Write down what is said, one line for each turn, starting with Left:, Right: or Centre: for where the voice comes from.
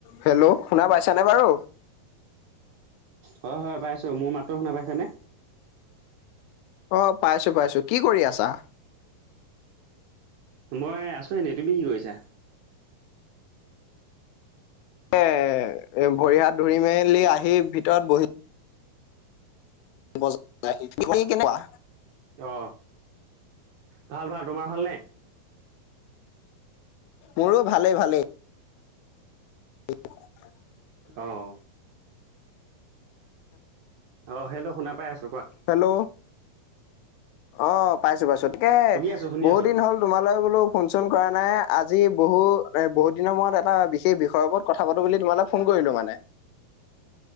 Left: Hello শুনা পাইছানে বাৰু?
Right: হয় হয় পাইছোঁ মোৰ মাতো শুনা পাইছেনে?
Left: আহ পাইছো পাইছো, কি কৰি আছা?
Right: মই আছো এনে তুমি কি কৰিছা?
Left: এ এ ভৰি হাত ধুৰি মেলি আহি ভিতৰত বহি <unintelligible> কেনেকুৱা
Right: অঁ ভাল ভাল তোমাৰ ভালনে?
Left: মোৰো ভালে ভালেই। <unintelligible>
Right: আহ অ হেল্লো শুনা পাই আছ
Left: হেল্ল' অ পাইছো পাইছোঁ। তাকে
Right: শুনি আছো শুনি
Left: বহুত
Right: আছো
Left: দিন হ'ল তোমালৈ বোলো ফোন চোন কৰা নাই আজি বহু এ বহুত দিনৰ মূৰত এটা বিশেষ বিষয়ৰ ওপৰত কথা পাতো বুলি তোমালে ফোন কৰিলো মানে <inaudible>